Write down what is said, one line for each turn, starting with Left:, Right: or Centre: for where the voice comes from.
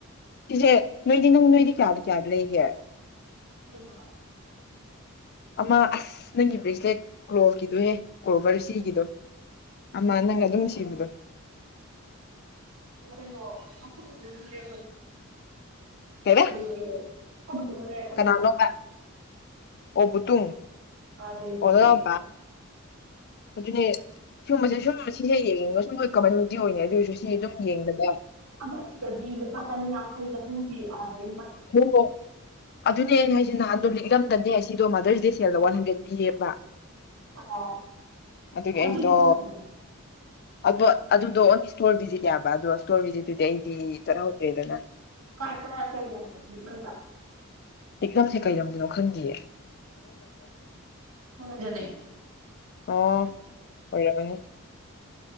Left: ꯁꯤꯁꯦ ꯅꯣꯏꯗꯤ ꯅꯪ ꯅꯣꯏꯗꯤ ꯀꯌꯥꯗꯤ ꯀꯌꯥ ꯂꯩꯒꯦ
Right: ꯀꯔꯤꯅꯍ
Left: ꯑꯃ ꯑꯁ ꯅꯪꯒꯤ ꯕ꯭ꯔꯦꯁꯂꯦꯠ ꯀ꯭ꯔꯣꯞꯀꯤꯗꯨꯣꯍꯦ ꯀ꯭ꯔꯣꯚꯔ ꯁꯤꯈꯤꯕꯗꯣ ꯑꯃ ꯅꯪ ꯑꯗꯨꯝ ꯁꯤꯕꯗꯣ
Right: ꯀꯩꯅꯣ ꯑꯩꯈꯣꯏ ꯑꯗꯨ ꯂꯩꯦ
Left: ꯀꯩꯕ
Right: ꯑꯩꯈꯣꯏꯅꯦ ꯍꯕ ꯇꯨꯃꯅꯤ ꯍꯥꯏꯀꯅꯤꯕ
Left: ꯀꯅꯥꯅꯣꯕ ꯑꯣ ꯄꯨꯠꯇ
Right: ꯑꯗꯩꯗꯒꯤ
Left: ꯑꯣꯗꯥ ꯄꯥ ꯑꯗꯨꯅꯦ ꯁꯤꯒꯨꯝꯕꯁꯦ ꯁꯨꯝ ꯁꯤꯁꯦ ꯌꯦꯡꯉꯒ ꯁꯨꯝ ꯂꯣꯏ ꯀꯕꯅꯗꯤ <inaudible> ꯑꯣꯏ ꯑꯣꯏꯅ ꯑꯗꯨꯔꯁꯨ ꯁꯤ ꯑꯗꯨꯝ ꯌꯦꯡꯗꯕ
Right: ꯑꯃ ꯁꯤꯗꯗꯤ ꯂꯨꯄꯥ ꯆꯥꯅꯤꯌꯥꯡꯈꯩ ꯆꯥꯍꯨꯝ ꯄꯤ ꯑꯗꯩ
Left: ꯑꯣ ꯑꯗꯨꯅꯦ ꯑꯩꯅ ꯍꯥꯏꯁꯦ ꯅꯍꯥꯟꯗꯣ ꯂꯤꯛꯂꯝꯗꯅꯦ ꯁꯤꯗꯣ ꯃꯥꯗꯔꯁꯗꯦ ꯁꯦꯜꯗ ꯋꯥꯟ ꯍꯟꯗ꯭ꯔꯦ ꯄꯤꯌꯦꯕ
Right: ꯑꯣ
Left: ꯑꯗꯨꯒꯤ ꯑꯩꯗꯣ
Right: ꯑꯗꯨꯗꯤ ꯈꯪꯗꯦ
Left: ꯑꯗꯣ ꯑꯗꯨꯗꯣ ꯑꯣꯟꯂꯤ ꯏꯁꯇꯣꯔ ꯚꯤꯖꯤꯠ ꯅꯦꯕ ꯑꯗꯣ ꯏꯁꯇꯣꯔ ꯚꯤꯖꯤꯠꯇꯨꯗꯤ ꯑꯩꯗꯤ ꯆꯠꯍꯧꯗ꯭ꯔꯦꯗꯅ
Right: ꯀꯥꯢ ꯀꯥꯢ ꯀꯥꯢ ꯂꯝꯅꯣ ꯂꯤꯛꯂꯝꯗ
Left: ꯂꯤꯛꯂꯝꯁꯦ ꯀꯩ ꯂꯝꯗꯅꯣ ꯈꯪꯗꯦꯌꯦ
Right: ꯖꯦ
Left: ꯑꯣ ꯑꯣꯏꯔꯝꯃꯅꯤ